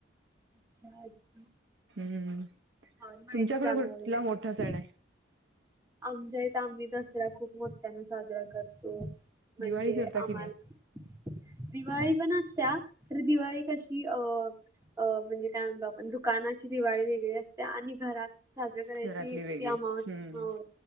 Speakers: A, on the right (about 15°); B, on the right (about 70°).
A: अच्छा अच्छा!
B: हम्म,
A: हा माहिती
B: तुमच्याकडे
A: सांगायला
B: कुठंला
A: लागलाय तुम्ही
B: मोठा सण आहे?
A: आमच्या इथं आम्ही दसरा खूप मोठ्याना साजरा करतो म्हणजे
B: दिवाळी करता
A: आम्हाला
B: की नाही
A: दिवाळी पण असत्या तरी दिवाळी कशी अ अ म्हणजे काय म्हणतो आपण दुकानाची दिवाळी वेगळी असते आणि घरात साजरा करायची
B: घरातली
A: ती
B: वेगळी?
A: अमावास्या
B: हम्म
A: हो!